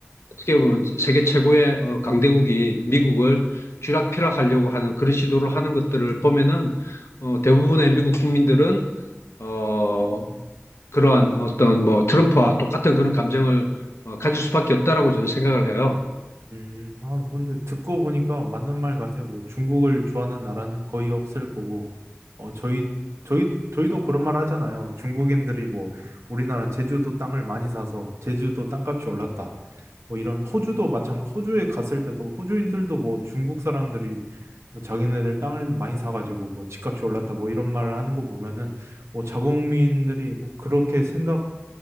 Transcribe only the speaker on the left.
어떻게 보면 세계 최고의 어, 강대국이 미국을 쥐락펴락하려고 하는 그런 시도를 하는 것들을 보면은 어 대부분의 미국 국민들은 어 그러한 어떤 뭐 트럼프와 똑같은 그런 감정을 어, 가질 수밖에 없다라고 저는 생각을 해요.